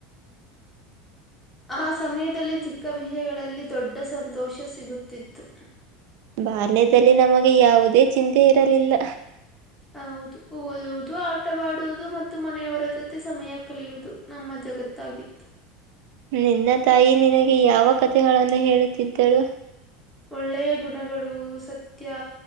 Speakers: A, in the centre; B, on the right (about 70°).
A: ಆ ಸಮಯದಲ್ಲಿ ಚಿಕ್ಕ ವಿಷಯಗಳಲ್ಲಿ ದೊಡ್ಡ ಸಂತೋಷ ಸಿಗುತ್ತಿತ್ತು
B: ಬಾಲ್ಯದಲ್ಲಿ ನಮಗೆ ಯಾವುದೇ ಚಿಂತೆ ಇರಲಿಲ್ಲ
A: ಹೌದು ಹಓದದು ಆಟವಾಡುವುದು ಮತ್ತು ಮನೆಯವರ ಜೊತೆ ಸಮಯ ಕಲಿಯುವುದು ನಮ್ಮ ಜಗತ್ತಾಗಿತ್ತು
B: ನಿನ್ನ ತಾಯಿ ನಿನಗೆ ಯಾವ ಕಥೆಗಳನ್ನು ಹೇಳುತ್ತಿದ್ದಳು
A: ಒಳ್ಳೆಯ ಗುಣಗಳು ಸತ್ಯ